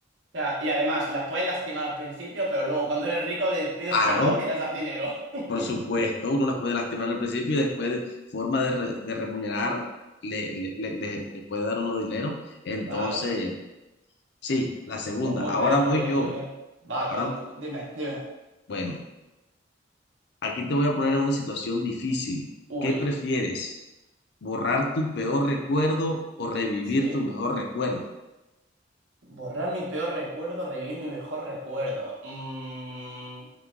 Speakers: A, on the right; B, on the left.
A: sea, y además, las puedes lastimar al principio, pero luego cuando eres rico les pides
B: Aro
A: perdón y les das dinero. <laughs>
B: Por supuesto, uno las puede lastimar al principio y después de forma de, re- de remunerar le, le- le- le- le puede dar uno dinero. Entonces,
A: Claro.
B: sí, la segunda.
A: Pues muy
B: Ahora
A: bien,
B: voy
A: muy bien,
B: yo.
A: muy bien. Va,
B: Ahora,
A: cont- dime, dime.
B: bueno, aquí te voy a poner en una situación difícil.
A: Uy,
B: ¿Qué prefieres? ¿Borrar tu peor recuerdo o revivir
A: sí.
B: tu mejor recuerdo?
A: Borrar mi peor recuerdo, revivir mi mejor recuerdo. Mm,